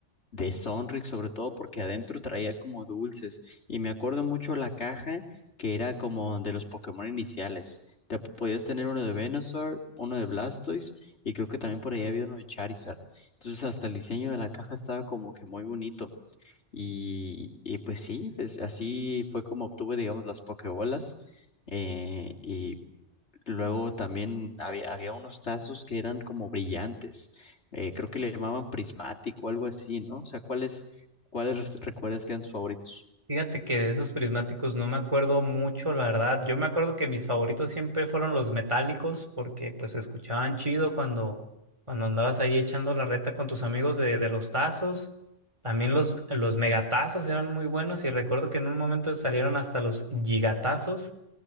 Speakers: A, on the left; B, on the right.
A: de Sonrix, sobre todo porque adentro traía como dulces. Y me acuerdo mucho la caja que era como de los Pokémon iniciales. Te p- podías tener uno de Venusaur, uno de Blastoise y creo que también por ahí había uno de Charizard. Entonces hasta el diseño de la caja estaba como que muy bonito. Y, y pues sí, pues así fue como obtuve, digamos, las Pokébolas. Eh, y Luego también había, había unos tazos que eran como brillantes. Eh, creo que le llamaban prismático o algo así, ¿no? O sea, ¿cuáles, cuáles recuerdas que eran tus favoritos?
B: Fíjate que de esos prismáticos no me acuerdo mucho, la verdad. Yo me acuerdo que mis favoritos siempre fueron los metálicos, porque pues se escuchaban chido cuando, cuando andabas ahí echando la reta con tus amigos de, de los tazos. También los, los megatazos eran muy buenos y recuerdo que en un momento salieron hasta los gigatazos.